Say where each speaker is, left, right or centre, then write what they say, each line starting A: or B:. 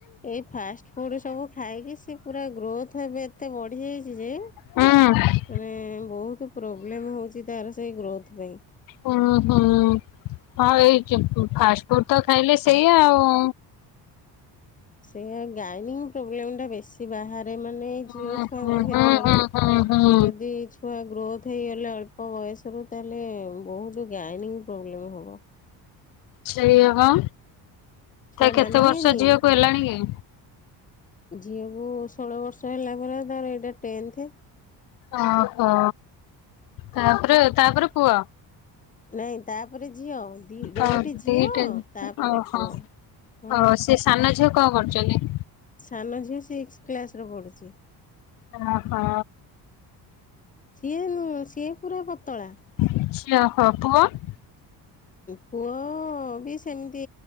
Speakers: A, on the left; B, on the left.
A: ଏଇ ଫାଷ୍ଟ ଫୁଡ ସବୁ ଖାଇକି ସେ ପୁରା ଗ୍ରୋଥ ଏବେ ଏତେ ବଢିଯାଇଚି ଯେ ମାନେ
B: ହୁଁ।
A: ବହୁତ ପ୍ରୋବ୍ଲେମ ହଉଚି। ତାର ସେଇ ଗ୍ରୋଥ୍ ପାଇଁ।
B: ହୁଁ-ହୁଁ-ହଁ ଏଇ ଫାଷ୍ଟ ଫୁଡ୍ ତ ଖାଇଲେ ସେଇଆ ଆଉ
A: ସେଇଆ ଗାଇନିଂ ପ୍ରୋବ୍ଲେମ୍ ଟା ବେଶୀ ବାହାରେ ମାନେ
B: ହୁଁ
A: ଝିଅ ଛୁଆଙ୍କ
B: ହୁଁ
A: କ୍ଷେତ୍ରରେ
B: ହୁଁ ହୁଁ ହୁଁ ହୁଁ
A: ଯଦି ଛୁ ଛୁଆ ଗ୍ରୋଥ୍ ହେଇଗଲେ ଅଳ୍ପ ବୟସରୁ ତାହେଲେ ବହୁତ ଗାଇନିଙ୍ଗ ପ୍ରୋବ୍ଲେମ୍ ହବ।
B: ସେୟାପା
A: ଛୁଆ
B: କେତେ
A: ମାନିବେନି
B: ବର୍ଷ ଝିଅକୁ ହେଲାଣି କି?
A: ଝିଅକୁ ଷୋହଳ ବର୍ଷ ହେଲା ପରେ ଧର ଏଇଟା ଟେନ୍ଥ।
B: ଓହୋ ତାପରେ ତାପରେ ପୁଅ?
A: ନାଇଁ ତାପରେ ଝିଅ ଦି ଦୋଓଟି
B: ଅ ଦିଟା
A: ଝିଅ ତାପରେ
B: ଓହୋ
A: ପୁଅ। ହଁ
B: ଓ ସେଇ ସାନ ଝିଅ କଣ କରୁଚନ୍ତି?
A: ସାନ ଝିଅ ସିକ୍ସ କ୍ଲାସରେ ପଢୁଚି।
B: ଅ ହଁ।
A: ସିଏ ନୁହଁ, ସିଏ ପୁରା ପତଳା।
B: <inaudible>
A: ପୁଅ ବି ସେମ୍ତି,